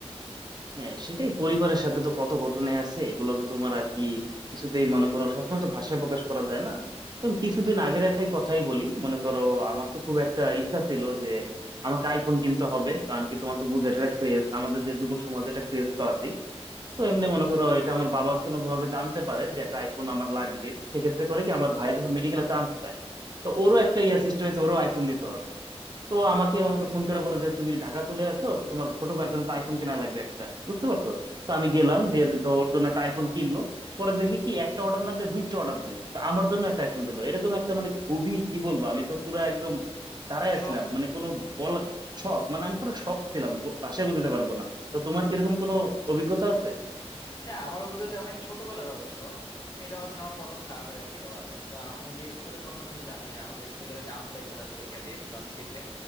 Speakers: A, on the right; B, on the left.
A: হ্যাঁ সেটাই পরিবারের সাথে তো কত ঘটনাই আছে এগুলো তো তোমার আর কি কিছুতেই মনে করো সবসময় তো ভাষায় প্রকাশ করা যায় না তো আমি কিছুদিন আগের একটাই কথাই বলি মনে করো আমার তো খুব একটা ইচ্ছা ছিল যে আমাকে আইফোন কিনতে হবে কারণ কি তোমার তো বুঝে এটা ক্রেজ আমাদের যে যুব সমাজে এটা ক্রেজ তো আছেই তো এমনি মনে করো এটা আমার বাবা কোনো ভাবে জানতে পারে যে একটা আইফোন আমার লাগবে সেক্ষেত্রে করে কি আমার ভাই যখন মেডিকেলে চান্স পায় তো ওরও একটা ইয়া সৃষ্টি হয়েছে ওরও আইফোন দিতে হবে তো আমাকে আমাকে ফোন করে বলে যে তুমি ঢাকা চলে আসো তো তোমার ছোট ভাইয়ের জন্য তো আইফোন কেনা লাগবে একটা বুঝতে পারছো তো আমি গেলাম
B: হুম
A: যে তো ওর জন্য একটা আইফোন কিনলো পরে দেখি কি একটা অর্ডার না দিয়ে দুইটা অর্ডার দিল তো আমার জন্য একটা আইফোন দিল এরকম একটা মানে খুবই কি বলবো আমি তো পুরো একদম দাঁড়ায়
B: শখ
A: ছিলাম মানে কোনো বল শখ মানে আমি পুরো শখ ছিলাম ব- ভাষায় বোঝাতে পারবো না তো তোমার কিরকম কোনো অভিজ্ঞতা আছে
B: হ্যাঁ আমার অভিজ্ঞতা অনেক ছোটবেলার অবশ্য এটা হচ্ছে আমার প্রথম সারপ্রাইজ আর কি বলা যায় তো আমি যে স্কুলে পড়তাম তুমি তো জানোই যে আমাদের স্কুলে চান্স পাইতে হয় পরীক্ষা দিয়ে ক্লাস থ্রিতে